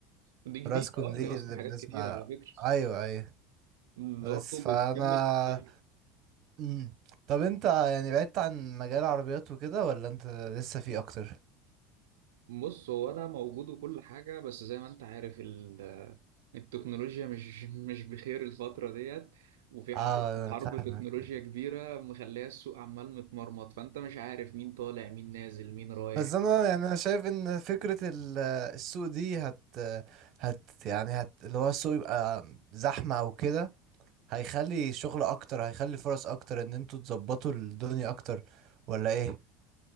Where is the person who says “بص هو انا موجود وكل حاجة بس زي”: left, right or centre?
Right